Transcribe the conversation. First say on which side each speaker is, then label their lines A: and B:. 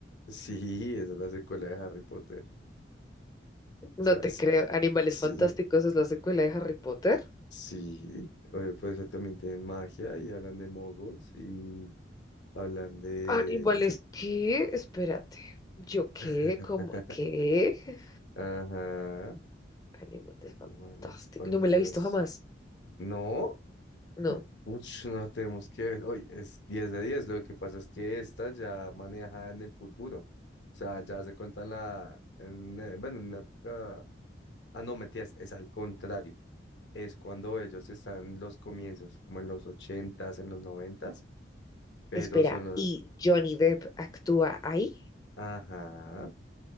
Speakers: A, on the left (about 75°); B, on the left (about 20°).
A: Sí, esa es la secuela de Harry Potter. O
B: No
A: sea,
B: te
A: sí,
B: creo. Animales
A: sí,
B: Fantásticos es la secuela de Harry Potter.
A: sí. Oye, pues eso también tienen magia y hablan de moguls y hablan de...
B: ¿Animales qué? Espérate. ¿Yo qué?
A: <laughs>
B: ¿Cómo qué?
A: Ajá,
B: Animales Fantásticos.
A: animales fantas.
B: No me la he visto jamás.
A: No,
B: No.
A: uch, no tenemos que ver. Oye, es 10 de diez, Lo que pasa es que esta ya maneja en el futuro. O sea, ya se cuenta en la. en, eh, bueno, en la época. Ah, no, metías, es al contrario. es cuando ellos están en los comienzos, como en los ochentas, en los noventas, pero
B: Espera,
A: son los...
B: ¿y Johnny Depp actúa ahí?
A: Ajá,